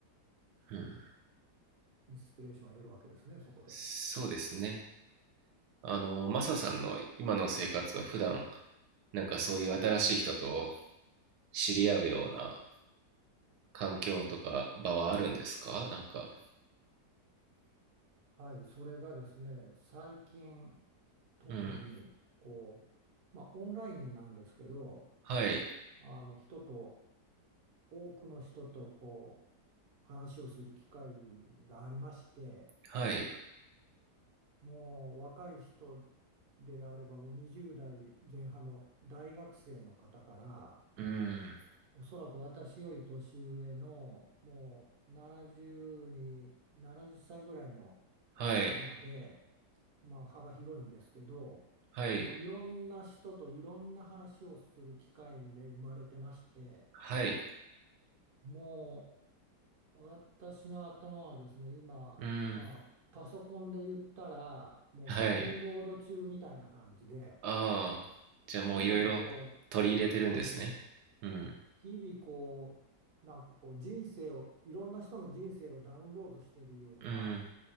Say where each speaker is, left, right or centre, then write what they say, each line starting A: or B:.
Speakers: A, on the right (about 75°); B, on the right (about 55°).
A: うん、
B: え、インスピレーションを得るわけですね、そこで。
A: そうですね。あの、マサさんの今の生活は普段、
B: うん、
A: なんかそういう新しい人と知り合うような環境とか場はあるんですかなんか。
B: はい、それがですね、最近、特に、
A: うん。
B: こう、まあ、オンラインなんですけど、
A: はい。
B: あの、人と、多くの人と、こう、話をする機会がありまして、
A: はい。
B: もう若い人であればもう20代前半の大学生の方から、
A: うん。
B: おそらく私より年上のもう70に、70歳ぐらいの
A: はい。
B: 人まで、まあ幅広いんですけど、
A: はい。
B: もういろんな人といろんな話をする機会に恵まれてまして、
A: はい。
B: もう私の頭はですね、今、
A: うん。
B: まあ、パソコンで言ったら、もうダウンロード中みたいな感じで、
A: はい。ああ。じゃあもういろいろ取り入れてるんですね。
B: 日々こう、そうなんです。
A: うん。
B: 日々こう、なんかこう人生を、いろんな人の人生をダウンロードしているような
A: うん。